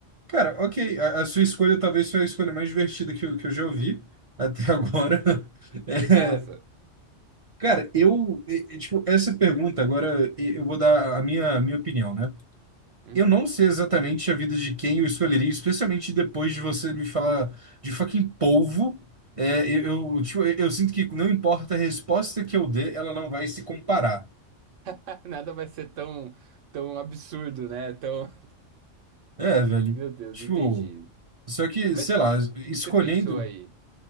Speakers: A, on the right (about 40°); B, on the right (about 80°).
A: cara, ok. A, a sua escolha talvez foi a escolha mais divertida que eu, que eu já ouvi até <laughs> agora. É,
B: Que massa.
A: cara, eu. é, é, tipo, essa pergunta, agora e- eu vou dar a minha, a minha opinião, né?
B: Uhum.
A: Eu não sei exatamente a vida de quem eu escolheria, especialmente depois de você me falar de fucking polvo. É, eu, eu, tipo, eu eu sinto que não importa a resposta que eu dê, ela não vai se comparar.
B: <laughs> Nada vai ser tão, tão absurdo, né? Tão... <laughs>
A: É, velho.
B: Meu Deus,
A: Tipo,
B: entendi.
A: só que,
B: Mas
A: sei
B: o
A: lá, escolhendo.
B: que que você pensou aí?